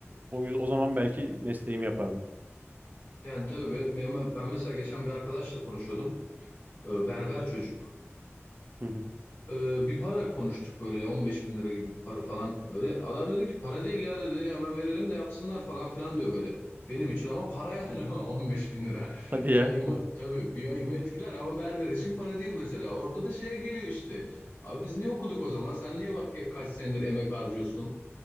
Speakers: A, on the right; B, on the left.
A: o yüzden o zaman belki mesleğimi yapardım.
B: Yani tabii ben, ben ben mesela geçen bir arkadaşla konuşuyordum. E, Berber çocuk.
A: Hı hı.
B: Ee, bir para konuştuk böyle 15 bin lira gibi bir para falan böyle. Adam dedi ki para değil ya dedi hemen verelim de yapsınlar falan filan diyor böyle. Benim için ama para yani <laughs> 15 bin lira. <laughs>
A: Hadi
B: Bir
A: ya.
B: ayımı tabii bir ayımı etkiler ama berber için para değil mesela. Orada da şeye geliyor işte. Abi biz niye okuduk o zaman? Sen niye bak kaç senedir emek harcıyorsun?